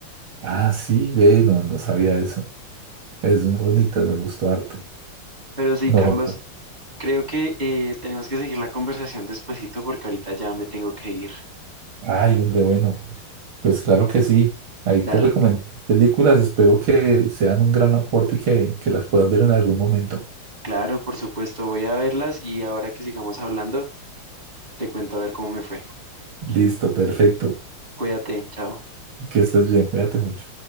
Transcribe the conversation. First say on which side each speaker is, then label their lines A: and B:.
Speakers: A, on the right; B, on the right.
A: Ah, sí, ve, no, no sabía eso. Es bonita, me gustó harto.
B: Pero sí,
A: No,
B: Carlos, creo que eh, tenemos que seguir la conversación despuesito porque ahorita ya me tengo que ir.
A: ay, hombre, bueno. Pues claro que sí. Ahí
B: Dale,
A: te recomiendo películas. Espero que sean un gran aporte y que, que las puedas ver en algún momento.
B: claro, por supuesto, voy a verlas y ahora que sigamos hablando, te cuento a ver cómo me fue.
A: Listo, perfecto.
B: Cuídate, chao.
A: Que estés bien. Cuídate mucho.